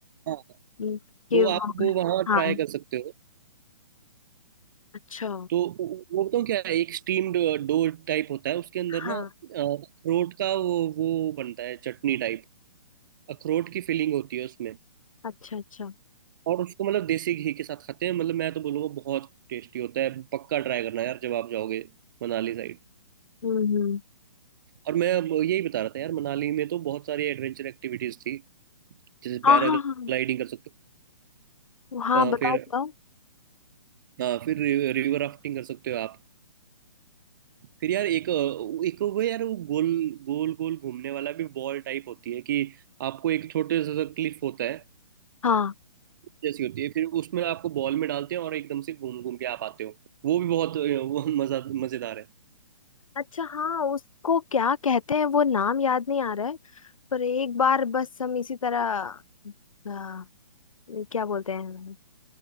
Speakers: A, on the right; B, on the left.
A: हाँ
B: हम्म, कि
A: तो
B: वहाँ-
A: आप वो वहाँ
B: हाँ
A: ट्राई कर सकते हो
B: अच्छा
A: तो वो वो बताऊँ क्या है? एक स्टीम्ड डो टाइप होता है उसके अंदर
B: हाँ
A: ना अ, अखरोट का वो वो बनता है चटनी टाइप अखरोट की फीलिंग होती है उसमें
B: अच्छा अच्छा
A: और उसको मतलब देसी घी के साथ खाते हैं मतलब मैं तो बोलूँगा बहुत टेस्टी होता है पक्का ट्राई करना यार जब आप जाओगे मनाली साइड
B: हम्म हम्म
A: और मैं अब यही बता रहा था यार मनाली में तो बहुत सारी एडवेंचर एक्टिविटीज थी जैसे
B: हाँ
A: पैराग्लाइडिंग
B: हाँ हाँ
A: कर सकते
B: हाँ
A: हो
B: बताओ
A: अ, फिर
B: बताओ
A: अ, फिर रिवर राफ्टिंग कर सकते हो आप फिर यार एक एक वो यार वो गोल गोल गोल घूमने वाला भी बॉल टाइप होती है कि आपको एक छोटे सा क्लिफ होता है
B: हाँ
A: जैसी होती है फिर उसमें आपको बॉल में डालते हैं और एकदम से घूम घूम के आप आते हो वो भी बहुत अ, वो मजा मजेदार है
B: अच्छा हाँ उसको क्या कहते हैं वो नाम याद नहीं आ रहा है पर एक बार बस हम इसी तरह आ, क्या बोलते हैं